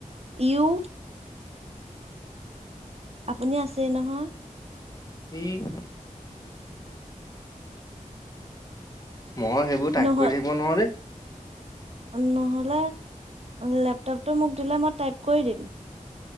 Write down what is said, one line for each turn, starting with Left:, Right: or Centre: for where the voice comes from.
Right: ইউ' আপুনি আছে নহয়।
Left: ইহ। মই সেইবোৰ টাইপ
Right: নহয়
Left: কৰি থাকিব নোৱাৰো দেই।
Right: নহ'লে লেপটপটো মোক দিলে, মই টাইপ কৰি দিম।